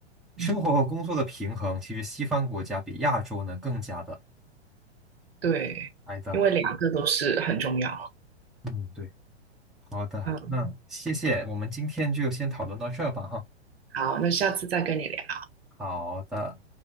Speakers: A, in the centre; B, on the right (about 60°).
A: 生活和工作的平衡，
B: 嗯，
A: 其实西方国家比亚洲呢更加的
B: 对，
A: 来的。
B: 因为两个都是很重要。
A: 嗯，对，好的，
B: 嗯，
A: 那谢谢，我们今天就先讨论到这儿吧，哈。
B: 好，那下次再跟你聊。
A: 好的。